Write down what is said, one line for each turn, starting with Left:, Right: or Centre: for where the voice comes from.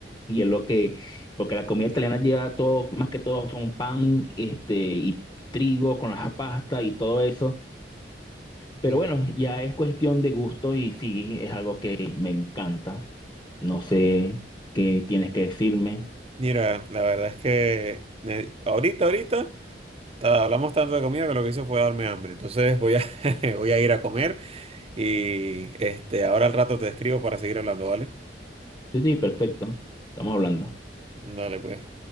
Left: Y es lo que, porque la comida italiana lleva todo, más que todo son pan, este, y trigo con las pastas y todo eso. Pero
Right: sí.
Left: bueno, ya es cuestión de gusto y sí, es algo que me encanta. No sé qué tienes que decirme.
Right: Mira, la verdad es que eh, ahorita, ahorita, ta- hablamos tanto de comida que lo que hizo fue darme hambre. Entonces voy a, <laughs> voy a ir a comer. Y este, ahora al rato te escribo para seguir hablando, ¿vale?
Left: Sí, sí, perfecto. Estamos hablando.
Right: Dale, pues.